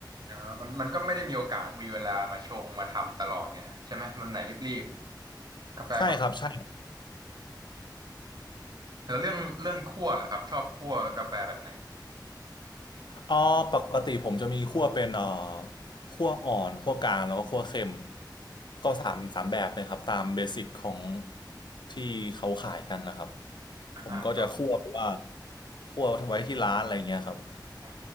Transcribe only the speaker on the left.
<laughs> ใช่ครับใช่
อ๋อปกติผมจะมีคั่วเป็นเอ่อคั่วอ่อนคั่วกลางแล้วก็คั่วเค็มก็สามสามแบบเลยครับตามเบสิกของที่เขาขายกันนะครับ
ผมก็จะคั่วแบบว่าคั่วไว้ที่ร้านอะไรยเงี้ยครับ